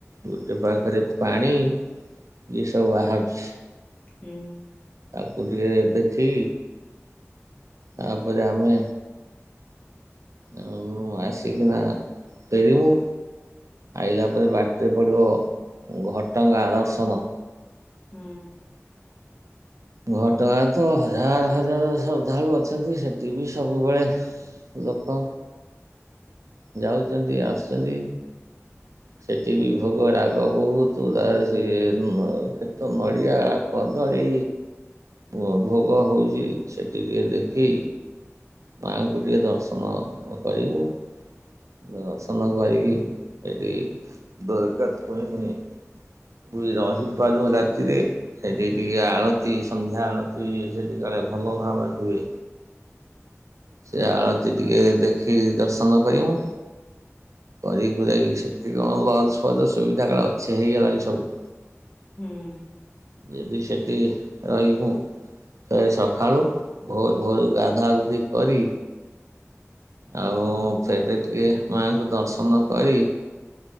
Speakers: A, on the right; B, on the left.
A: ଗୋଟେ ପାଖରେ ପାଣି ଏସବୁ ବାହାରୁଛି।
B: ହୁଁ।
A: ତାକୁ ଟିକେ ଦେଖିକି ତାପରେ ଆମେ ଆଉ ଆସିକିନା ଫେରି ମୁଁ ଆଇଲା ପରେ ବାଟିରେ ପଡ଼ିବ ଘଟଗାଁ ଦର୍ଶନ
B: ହୁଁ
A: ଘଟଗାଁରେ ତ ହଜାର ହଜାର ଶ୍ରଦ୍ଧାଳୁ ଅଛନ୍ତି। ସେଠି ବି ସବୁବେଳେ ଲୋକ ଯାଉଚନ୍ତି ଆସୁଛନ୍ତି। ସେଠି ବି ଭୋଗ ରାଗ ବହୁତ ତାର ସିଏ ସେଠି ତ ନଡ଼ିଆ କଦଳୀ ଭୋ ଭୋଗ ହେଉଚି। ସେଠି ଟିକିଏ ଦେଖି ମାଆଙ୍କୁ ଟିକେ ଦର୍ଶନ ଅଁ କରିବୁ। ଦର୍ଶନ କରିକି ଏଠି <unintelligible> ପୁଣି ରହିପାରୁ ରାତିରେ। ସେଠି ଟିକେ ଆଳତି ସନ୍ଧ୍ୟା ଆଳତି ସେଠି କାଳେ ଭଲ ଭାବରେ ହୁଏ। ସେ ଆଳତି ଟିକେ ଦେଖି ଦର୍ଶନ କରି ମୁଁ। କରି କୁରାକି ସେଠି କଣ ଲଜ୍ ଫଜ୍ ସୁବିଧା କାଳେ ଅଛି ହେଇଗଲାଣି ସବୁ।
B: ହୁଁ
A: ଯଦି ସେଠି ରହିବୁ। ଥରେ ସକାଳୁ ଭୋର୍ ଭୋରୁ ଗାଧା ଗୁଧି କରି ଆଉ ଫେରେ ଟିକେ ମାଙ୍କୁ ଦର୍ଶନ କରି